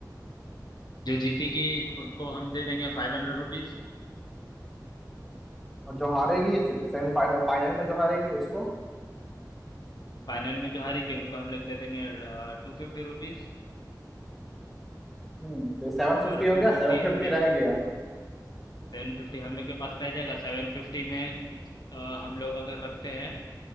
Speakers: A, on the left; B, in the centre.
A: जो जीतेगी उनको हम दे देंगे फाइव हंड्रेड रुपीज
B: और जो हारेगी सेमीफाइनल फाइनल में जो हारेगी उसको
A: फाइनल में जो हारेगी उनको हम लोग दे देंगे टू फिफ्टी रुपीज
B: हम्म तो सेवन फिफ्टी
A: और
B: हो
A: टू
B: गया
A: फिफ्टी
B: सेवन
A: हम
B: फिफ्टी
A: दे
B: रह गया
A: सेवन फिफ्टी हम लोग के पास रह जाएगा सेवन फिफ्टी में अ, हम लोग अगर रखते हैं